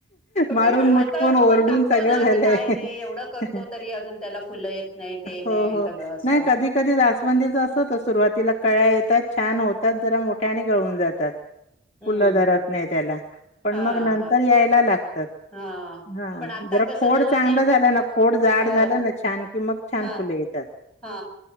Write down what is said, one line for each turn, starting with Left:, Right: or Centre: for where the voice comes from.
Centre: मी
Left: अहं करून
Centre: आता
Left: मुटकून
Centre: आपण
Left: ओरडून
Centre: टाकतो
Left: सगळं
Centre: ना
Left: झालंय.
Centre: की काय हे एवढं करतो
Left: अहं अहं.
Centre: तरी अजून त्याला फुलं येत नाहीत हे नाही
Left: हो हो
Centre: सगळं असं
Left: नाही कधी कधी जास्वंदीच असतो सुरुवाती ला कळ्या येतात छान होतात, जरा मोठ्या आणि गळून जातात.
Centre: हम्म
Left: फुलं धरत नाही त्याला पण
Centre: हा
Left: मग नंतर
Centre: हा
Left: यायला लाग तात.
Centre: हा
Left: हांजरा
Centre: पण आता कसं
Left: खोड
Centre: झालं
Left: चांगलं
Centre: नेम
Left: झालं ना, खोड जाड
Centre: ह
Left: झालं ना छान की मग छा
Centre: हा
Left: फुलं येतात.
Centre: हा